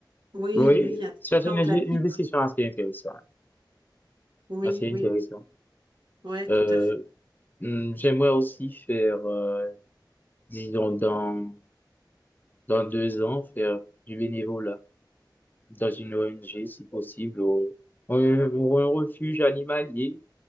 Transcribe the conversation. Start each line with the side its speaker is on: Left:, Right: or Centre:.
Right: oui,
Left: Oui,
Right: oui, intéressant,
Left: c'est une inve-
Right: classique,
Left: une investition assez intéressante.
Right: oui,
Left: Ah, c'est
Right: oui,
Left: intéressant.
Right: oui, ouais,
Left: Euh,
Right: tout à fait.
Left: hmm, j'aimerais aussi faire, euh, disons, dans, dans deux ans, faire du bénévolat dans une ONG, si possible, ou, ou un ou un refuge animalier,